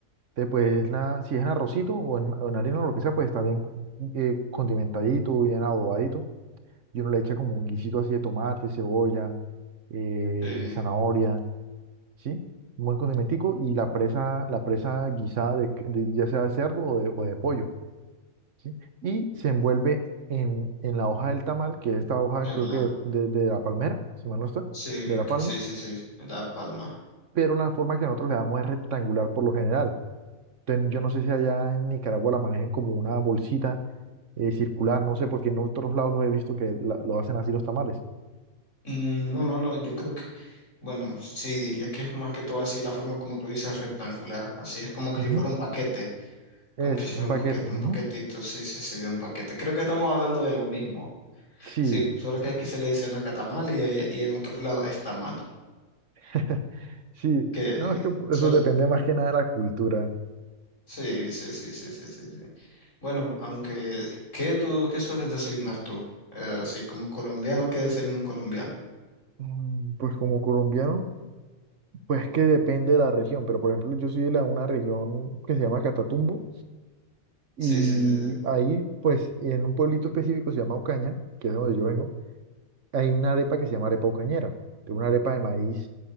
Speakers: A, on the right; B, on the left.
A: Entonces, pues, la, si es en arrocito o en, o en harina o lo que sea, pues está bien eh, condimentadito, bien adobadito. y uno le echa como un guisito así de tomate, cebolla, eh,
B: Sí,
A: zanahoria, ¿sí? Un buen condimentico y la presa, la presa guisada de, c- de- ya sea de cerdo o de, o de pollo, ¿sí? Y se envuelve en, en la hoja del tamal, que es esta hoja
B: en
A: creo
B: la,
A: que de, de la palmera, si mal no está,
B: sí,
A: de la palma,
B: sí, sí, sí, en La Palma.
A: pero la forma que nosotros le damos es rectangular por lo general. Entonces, yo no sé si allá en Nicaragua la manejen como una bolsita eh, circular, no sé, porque en otros lados los he visto que la- lo hacen así los tamales.
B: Mm, No, no, no, yo creo que, bueno, sí, diría que es más que todo así la forma como tú dices, rectangular, así es como que
A: Ujú.
B: si fuera un paquete.
A: Eso,
B: Como que si fuera
A: un paquete.
B: un paquete,
A: ujú.
B: un paquetito, sí, sí, sí, de un paquete. Creo que estamos hablando de lo mismo.
A: Sí,
B: Sí, solo que aquí se le dicen nacatamal y, ahí- y en otros lados está mal.
A: <laughs> sí.
B: Que
A: No, es que
B: suel,
A: eso depende más que nada de la cultura.
B: sí, sí, sí, sí, sí, sí, sí. Bueno, aunque, ¿qué tú, qué sueles desayunar tú? Eh, así como colombiano, ¿qué desayuna un colombiano?
A: Mm, Pues como colombiano, pues que depende de la región, pero por ejemplo yo soy de la- una región que se llama Catatumbo y
B: Sí, sí, sí, sí.
A: ahí, pues en un pueblito específico se llama Ocaña, que es donde yo vengo, hay una arepa que se llama arepa ocañera, que es una arepa de maíz